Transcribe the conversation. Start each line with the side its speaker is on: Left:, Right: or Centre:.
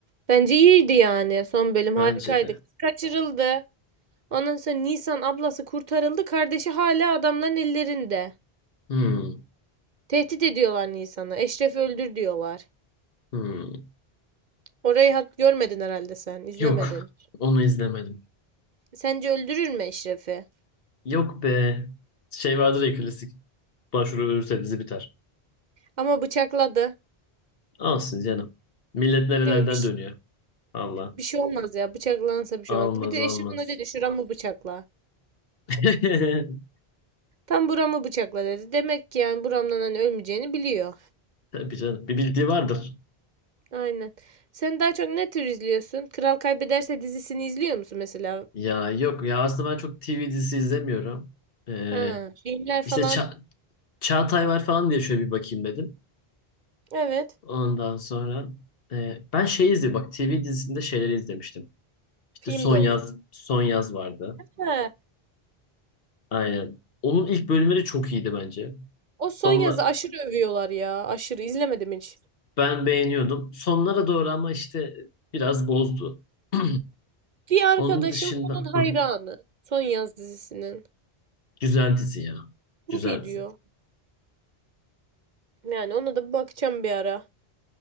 Right: Bence iyiydi yani. Son bölüm harikaydı.
Left: Bence de.
Right: Kız Kaçırıldı. Ondan sonra Nisan ablası kurtarıldı. Kardeşi hala adamların ellerinde.
Left: Hmm,
Right: Tehdit ediyorlar Nisan'ı. Eşref'i öldür diyorlar.
Left: hmm.
Right: Orayı hat görmedin herhalde sen, izlemedin.
Left: Yok. Onu izlemedim.
Right: Sence öldürür mü Eşref'i?
Left: Yok be. Şey vardır ya klasik. Başvuru ölürse dizi biter.
Right: Ama bıçakladı.
Left: Olsun canım. Millet nerelerden
Right: Değil mi? Bir, ş-
Left: dönüyor. Allah.
Right: bir şey olmaz ya. Bıçaklanırsa bir
Left: Almaz
Right: şey olmaz. Bir de
Left: almaz.
Right: Eşref'in öyle dedi. Şuramı bıçakla.
Left: <laughs>
Right: Tam buramı bıçakla dedi. Demek ki yani buramdan hani ölmeyeceğini biliyor.
Left: Tabii canım. Bir bildiği vardır.
Right: Aynen. Sen daha çok ne tür izliyorsun? Kral Kaybederse dizisini izliyor musun mesela?
Left: Ya yok ya aslında ben çok TV dizisi izlemiyorum. Ee,
Right: Ha, filmler falan.
Left: işte Ça- Çağatay var falan diye şöyle bir bakayım dedim.
Right: Evet.
Left: Ondan sonra e, ben şey izledim bak TV dizisinde şeyleri izlemiştim. İşte
Right: Film
Left: Son
Right: de
Left: Yaz
Right: olur.
Left: Son Yaz vardı.
Right: Ha,
Left: Aynen. Onun ilk bölümleri çok iyiydi bence.
Right: o son
Left: Sonla
Right: yazı aşırı övüyorlar ya. Aşırı izlemedim hiç.
Left: ben beğeniyordum. Sonlara doğru ama işte biraz bozdu. <clears throat>
Right: Bir arkadaşım
Left: Onun dışında
Right: onun hayranı.
Left: hı,
Right: Son yaz dizisinin.
Left: güzel dizi ya.
Right: Çok
Left: Güzel
Right: iyi diyor.
Left: dizi.
Right: Yani ona da bir bakacağım bir ara.